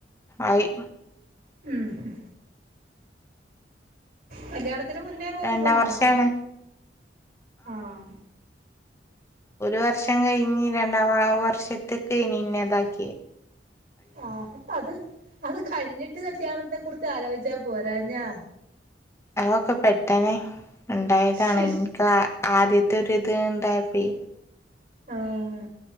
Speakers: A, on the left; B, on the right.
A: ആയി.
B: ഉം ഉം കല്യാണത്തിന് മുന്നേ പോകുന്നതാണോ
A: രണ്ടാം വർഷാണ്
B: ആഹ്
A: ഒരു വർഷം കഴിഞ്ഞ് രണ്ടാം വർഷത്തിക്കേ ഇനി ഇന്നതാക്കിയെ.
B: ആഹ് അപ്പ അത് അത് കഴിഞ്ഞിട്ട് കല്യാണത്തെ കുറിച്ച് ആലോചിച്ചാ പോരാഞ്ഞാ
A: അവൊക്കെ പെട്ടേനെ ഇണ്ടായതാണെ
B: ശ്
A: ക് ആദ്യത്തൊരുത് ഇണ്ടായപ്പേ
B: ആഹ്.